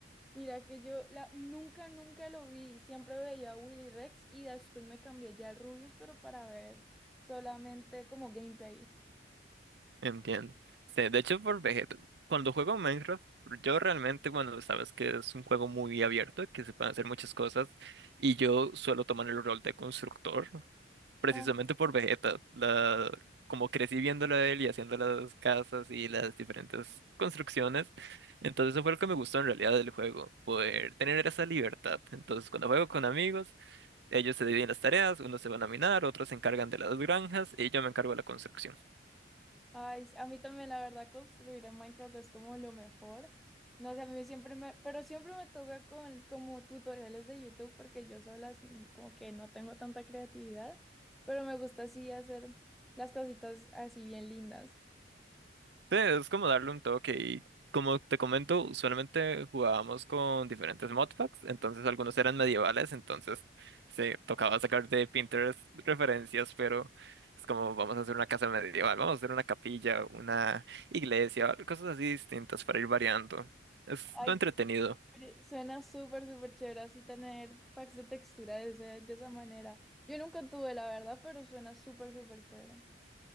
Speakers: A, in the centre; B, on the right.
A: Mira que yo la, nunca, nunca lo vi. Siempre veía a Willy Rex y después me cambié ya al Rubius, pero para ver solamente como gameplays.
B: Entiendo. Sí, de hecho, por Vegeta, cuando juego Minecraft, yo realmente, bueno, sabes que es un juego muy abierto, que se pueden hacer muchas cosas, y yo suelo tomar el rol de constructor. precisamente
A: Ah,
B: por Vegeta, la, como crecí viéndolo a él y haciendo las casas y las diferentes construcciones, entonces eso fue lo que me gustó en realidad del juego, poder tener esa libertad. Entonces cuando juego con amigos, ellos se dividen las tareas, unos se van a minar, otros se encargan de las granjas y yo me encargo de la construcción.
A: ay, sí, a mí también la verdad construir en Minecraft es como lo mejor. No sé, a mí siempre me, pero siempre me toca con como tutoriales de YouTube porque yo sola sí, como que no tengo tanta creatividad, pero me gusta así hacer las cositas así bien lindas.
B: Sí, es como darle un toque y como te comento, usualmente jugábamos con diferentes modpacks, entonces algunos eran medievales, entonces se tocaba sacar de Pinterest referencias, pero es como vamos a hacer una casa medieval, vamos a hacer una capilla, una iglesia, cosas así distintas para ir variando. Es
A: Ay,
B: lo entretenido.
A: Hombre, Suena súper, súper chévere así tener packs de textura de, ese- de esa manera. Yo nunca tuve, la verdad, pero suena súper, súper chévere.